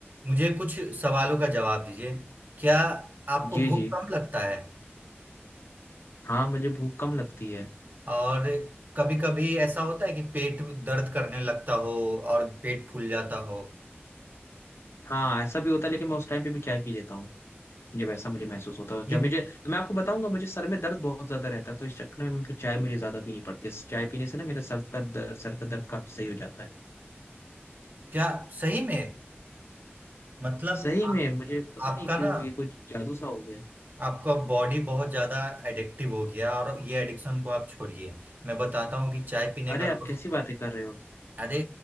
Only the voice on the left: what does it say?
जी
जी
हाँ मुझे भूख कम लगती है
हाँ ऐसा भी होता है लेकिन मैं उस टाइम पे भी चाय पी लेता हूँ जब ऐसा मुझे महसूस होता है जब
मुझे तो मैं आपको बताऊंगा मुझे सर में दर्द बहुत ज्यादा रहता है तो इस चक्कर में मैं फिर चाय मुझे ज्यादा पीनी पड़ती है चाय पीने से ना मेरे सर का दर्द सर का दर्द काफी सही हो जाता है
सही
में मुझे पता
नहीं क्यों
ये कुछ जादू सा हो गया
अरे
आप
कैसी बातें कर रहे हो